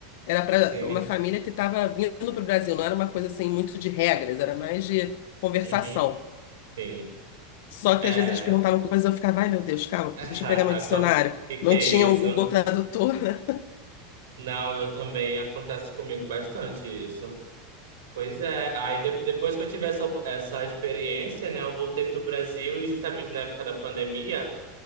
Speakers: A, on the left; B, on the right.
A: Era para
B: Sim.
A: uma família que estava vindo para o Brasil, não era uma coisa assim muito de regras, era mais de conversação.
B: Uhum. Sim.
A: Só
B: É.
A: que às vezes eles perguntavam coisas, eu ficava, ai meu Deus, calma,
B: <laughs>
A: deixa eu pegar meu
B: O
A: dicionário.
B: que que
A: Não
B: é
A: tinha
B: isso?
A: o Google Tradutor, né?
B: Não, eu também acontece comigo bastante isso. Pois é, aí de- depois que eu tive essa, op- essa experiência, né, eu voltei pro Brasil e justamente na época da pandemia,